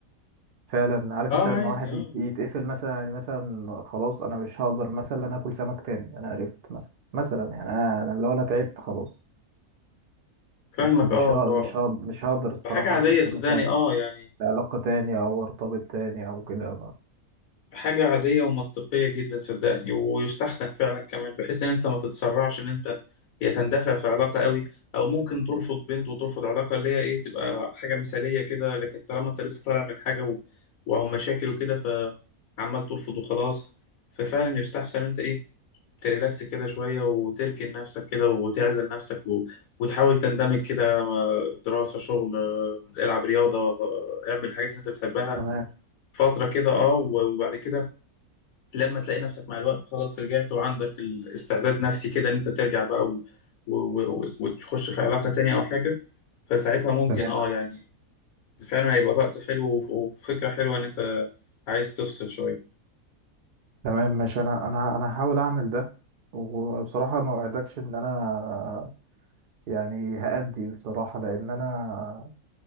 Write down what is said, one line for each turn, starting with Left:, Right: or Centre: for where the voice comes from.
Right: فعلا عارف
Left: اه
Right: انت لما
Left: عادي
Right: واحد
Left: اه
Right: يت- يتقفل مثلا يعني مثلا خلاص انا مش هقدر مثلا اكل سمك تاني انا عرفت مثلا مثلا يعني انا انا لو انا تعبت خلاص
Left: فاهمك
Right: مش مش
Left: اه
Right: هق-
Left: و-
Right: مش هق- مش هقدر الصراحه
Left: بحاجة عادية
Right: اخش
Left: صدقني
Right: مثلا
Left: اه يعني
Right: علاقه تاني او ارتبط تاني او كده
Left: حاجة عادية ومنطقية جدا صدقني ويستحسن فعلا كمان بحيث ان انت ما تتسرعش ان انت يا تندفع في علاقة قوي او ممكن ترفض بنت وترفض علاقة اللي هي ايه تبقى حاجة مثالية كده لكن طالما انت لسه طالع من حاجة و... وأو مشاكل وكده فعمال ترفض وخلاص ففعلا يستحسن انت ايه تريلاكس كده شوية وتركن نفسك كده وتعزل نفسك و... وتحاول تندمج كده مع دراسة شغل آه، العب رياضة آه، اعمل الحاجات اللي انت بتحبها
Right: تمام
Left: فترة كده اه وبعد كده لما تلاقي نفسك مع الوقت خلاص رجعت وعندك الاستعداد نفسي كده ان انت ترجع بقى و... و... و... وتخش في علاقة تانية او حاجة فساعتها ممكن
Right: تمام
Left: اه يعني فعلا هيبقى وقت حلو وف... وفكرة حلوة ان انت عايز تفصل شوية
Right: تمام ماشي انا انا انا هحاول اعمل ده وبصراحه ما اوعدكش ان انا يعني هأدي بصراحه لان انا